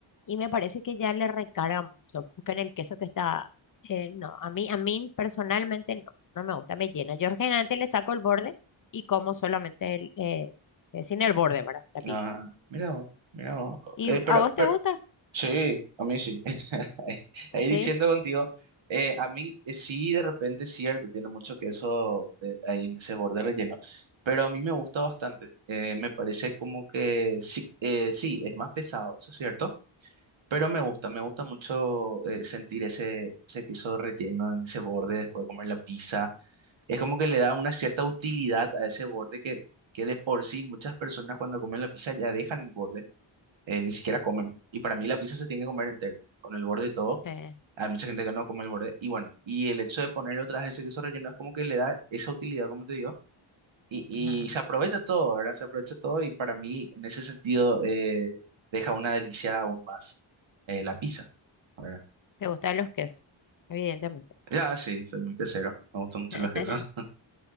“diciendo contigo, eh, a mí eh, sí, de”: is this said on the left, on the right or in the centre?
Right